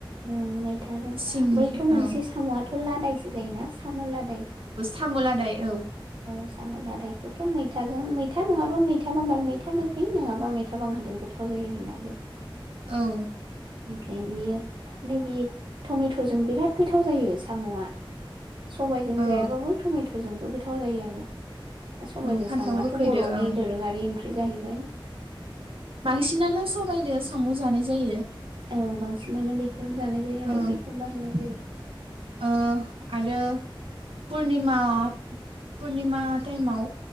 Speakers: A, on the right (about 60°); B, on the right (about 85°).
A: उ मैथाजों
B: सिंनिखौ
A: बैथ' मोनसे
B: औ
A: साम'आ थ'लादायसो जायोना। साम' लादाय।
B: सामु लादाय औ।
A: औ साम' लादायखौथ' मैथाजों मैथा नङाबा मैथा बांगाल मैथा मैथा गोखै नङाबा मैथा बांगाल जों गोथाव जायो होनना बो
B: औ
A: <unintelligible> नैबे टमेट फोरजों बिराद गोथाव जायो साम'आ सबायजों
B: औ
A: जायाबाबो टमेट जों <unintelligible> जायो आरो सबायजों
B: औ फान्थाव
A: साम'आाथ
B: गोखैदो
A: बर'नि
B: ओं
A: दोरोङारि ओंख्रि जाहैबाय
B: बांसिनानो सबायदो साम' जानाय जायो
A: औ बांसिनानो बेखौनो जानाय जायो आरो
B: ओ
A: बेखौनो बाहायनाय जायो।
B: ओ आरो पुरनिमा पुरनिमा टाइमाव